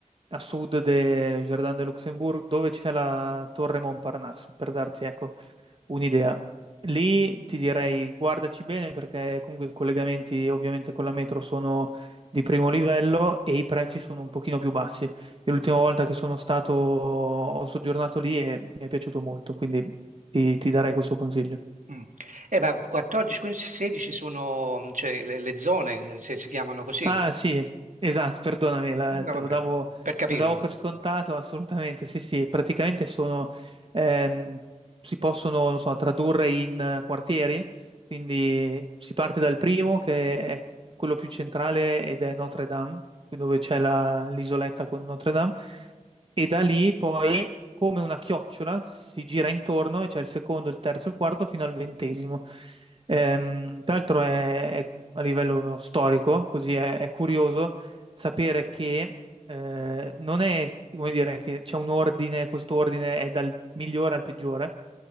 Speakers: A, on the right; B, on the right.
A: a sud del Jardin de Luxembourg, dove c'è la Torre Montparnasse, per darti, ecco, un'idea. Lì ti direi guardaci bene perché comunque i collegamenti ovviamente con la metro sono di primo livello e i prezzi sono un pochino più bassi. Io l'ultima volta che sono stato ho soggiornato lì e mi è piaciuto molto, quindi ti, ti darei questo consiglio.
B: Mm. Eh, ma 14, 15, 16 sono mm, cioè, le, le zone, eh, se si chiamano così,
A: Ah, sì, esatto, perdonami, la-
B: no,
A: te
B: vabbè,
A: lo davo,
B: per capire.
A: lo davo
B: no?
A: per scontato, assolutamente, sì, sì, praticamente sono, ehm, si possono, non so, tradurre in eh, quartieri, quindi si parte dal primo, che è quello più centrale ed è Notre Dame, dove c'è la- l'isoletta con Notre Dame, e da lì poi, come una chiocciola, si gira intorno e c'è il secondo, il terzo, il quarto, fino al ventesimo. Ehm, tra l'altro è, è a livello storico, così è, è curioso sapere che eh, non è, come dire, che c'è un ordine, questo ordine è dal migliore al peggiore,